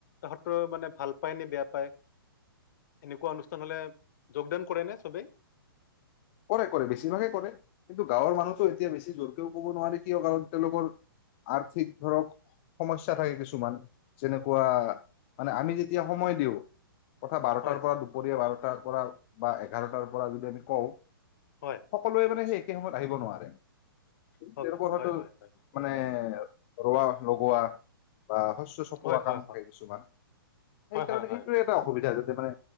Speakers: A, on the left; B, on the left.
A: তাহাঁতৰ মানে ভাল পায় নে বেয়া পায়। এনেকুৱা অনুষ্ঠান হ'লে যোগদান কৰে নে চবেই?
B: কৰে কৰে বেছিভাগে কৰে, কিন্তু গাঁৱৰ মানুহতো এতিয়া বেছি জোৰকেও ক'ব নোৱাৰি কিয় কাৰণ তেওঁলোকৰ, আৰ্থিক ধৰক সমস্যা থাকে কিছুমান, যেনেকুৱা মানে আমি যেতিয়া সময় দিওঁ। তথা বাৰটাৰ
A: হয়
B: পৰা দুপৰীয়া বাৰ <unintelligible> টাৰ পৰা বা এঘাৰটাৰ পৰা যদি আমি কওঁ
A: হয়
B: সকলোৱে মানে শেষ। একেই সময়ত আহিব নোৱাৰে।
A: হয়
B: তেওঁলোকৰ হয়তো
A: হয় হয় হয়
B: মানে ৰুৱা লগোৱা বা শস্য চপোৱা
A: হয় হয়
B: কাম থাকে।
A: হয়
B: কিছুমান সেইকাৰণে
A: হয় হয় হয়
B: সেইটোয়ে এটা অসুবিধা যে, মানে